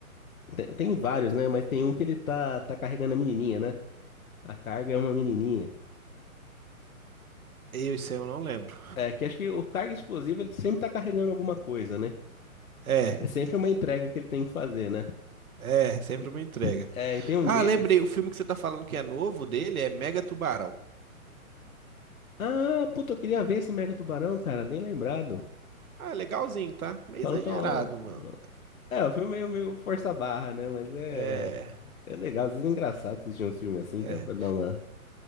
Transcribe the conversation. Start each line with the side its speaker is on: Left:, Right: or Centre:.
Left: Tem, tem vários, né? Mas tem um que ele tá, tá carregando a menininha, né? A carga é uma menininha.
Right: Eu, isso aí eu não lembro.
Left: É, que acho que o carga explosivo ele sempre tá carregando alguma coisa, né?
Right: É,
Left: É sempre uma entrega que ele tem que fazer, né?
Right: é, sempre
Left: E,
Right: uma entrega.
Left: é, e tem um
Right: Ah,
Left: deles.
Right: lembrei, o filme que você tá falando que é novo dele é Mega Tubarão.
Left: Ah, puta, eu queria ver esse Mega Tubarão, cara, bem lembrado.
Right: Ah, legalzinho, tá? Meio
Left: Falam
Right: exagerado,
Left: que é um,
Right: mano.
Left: é um filme meio, meio força a barra, né? Mas é,
Right: É,
Left: é legal, às vezes é engraçado assistir um filme assim,
Right: é,
Left: cara, pra dar uma,